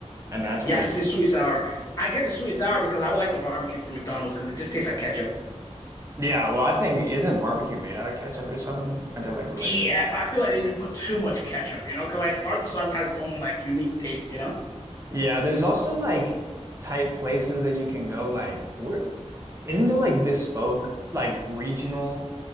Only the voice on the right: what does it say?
and that's pretty
good.
Yeah, well, I think isn't barbecue made out of ketchup or something? Aren't they like related?
Yeah, there's also like type places that you can go. Like, where isn't there like bespoke, like regional